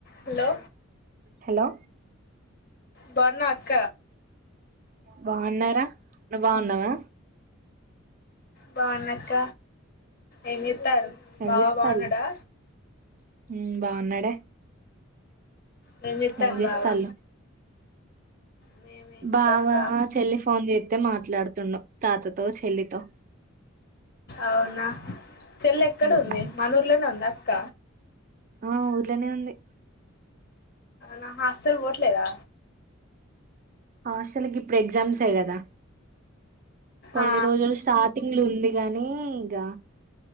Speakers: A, on the left; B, on the right.
A: హలో
B: హలో
A: బన్న అక్క
B: బాగున్నారా నువు బాగున్నావా
A: బాగున్నాక్క ఏమి చెతారు
B: ఏం
A: బా
B: చేస్తాళ్ళు
A: బాగున్నాడా
B: ఉమ్ బాగున్నాడే
A: రజత
B: ఏం
A: అంబావా
B: చేస్తాళ్ళు
A: మేమేందకా
B: బావ చెల్లి ఫోన్ చేస్తే మాట్లాడుతుండు తాతతో చెల్లితో
A: అవునా చెల్లె ఎక్కడ
B: ఉమ్,
A: ఉంది మనూర్లోనే ఉంది అక్క
B: ఆ ఊర్లోనే ఉంది
A: నా హాస్టల్ పోట్లేదా
B: ఆ అసలుకి ఇప్పుడు ఎ్సామ్స్ ఇడదా కొన్ని
A: ఆ
B: రోజులు స్టార్టింగ్లు ఉంది గాని ఇక